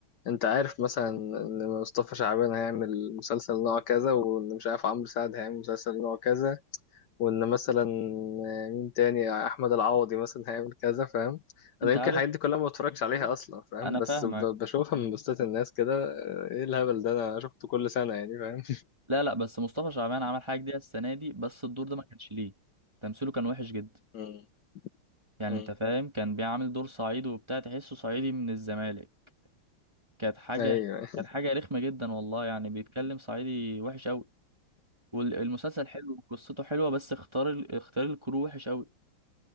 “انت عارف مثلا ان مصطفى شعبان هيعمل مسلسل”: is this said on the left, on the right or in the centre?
Left